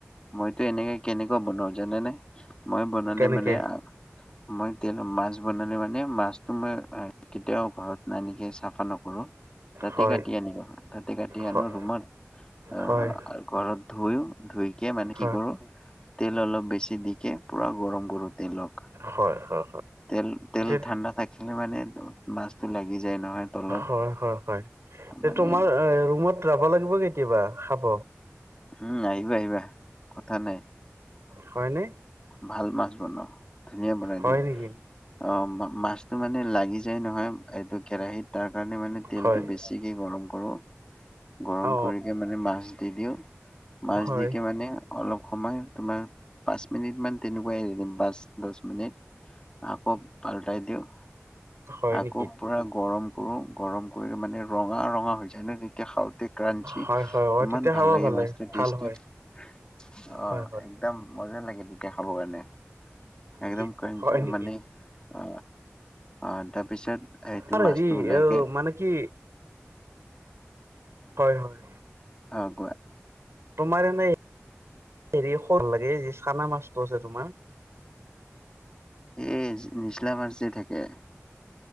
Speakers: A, on the left; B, on the right.
A: মইতো এনেকে কেনেকুৱা বনাও যেনে যেনে মই বনালে
B: কেনেকে
A: মানে আ। মই তেল মাছ বনালে মানে মাছটো মই কেতিয়াও ঘৰত নানিকে চাফা নকৰো তাতে
B: হয়
A: কাটি আনিব। কে
B: হয়
A: আনো ৰুমত অহ
B: হয়
A: আৰু ঘৰত। ধুই। ধুইকে মানে
B: হয়
A: কি কৰো। তেল অলপ বেছি দিকে। পুৰা গৰম কৰো তেলক
B: হয়, হয়।
A: তেল, তেল
B: হয়
A: ঠাণ্ডা থাকিলে মানে মাছটো লাগি যায় নহয় তলত
B: হয় হয় হয় তে
A: মানে।
B: তোমাৰ ৰুমত যাব লাগিব কেতিয়াবা খাব।
A: উম আহিবা, আহিবা কথা নাই।
B: হয়নে?
A: ভাল মাছ বনাওঁ। ধুনীয়া বনাই
B: হয়
A: দিওঁ
B: নেকি
A: অহ মা মাছটো মানে লাগি যায় নহয় এইটো কেৰাহিত তাৰ কাৰণে মানে তেলটো
B: হয়
A: বেছিকে গৰম কৰো গৰম
B: অ
A: কৰিকে মানে মাছ দি দিওঁ মাছ
B: হয়
A: দিকে মানে অলপ সময় তোমাৰ পাছ। মান তেনেকুৱাইৱে এৰি দিম পাছ, দশ মিনিট আকৌ পাল্টাই দিওঁ।
B: হয়
A: আকৌ
B: নেকি
A: পুৰা। গৰম কৰোঁ। গৰম কৰি মানে ৰঙা, ৰঙা হৈ যায় ন তেতিয়া খাওঁতে ক্ৰাঞ্চি,
B: হয় হয় অ
A: ইমান
B: তেতিয়া
A: ভাল
B: খাব
A: লাগে
B: ভালে
A: মাছটো
B: ভাল
A: টেষ্টতো
B: হয়
A: অ
B: হয় হয়
A: একদম মজা লাগে তেতিয়া খাব কাৰণে। একদম
B: কি
A: ক্ৰাঞ্চ
B: হয় নেকি
A: মানে অ। অ তাৰপিছত সেইটো
B: তোমাৰ
A: মাছটো
B: হেৰি
A: ওলাইগে।
B: অ মানে কি হয়, হয়।
A: অ কোৱা
B: তোমাৰ এনে হেৰি স লাগে যে চানা মাছটো আছে তোমাৰ।
A: এই নিচলা মাছ যে থাক। কে।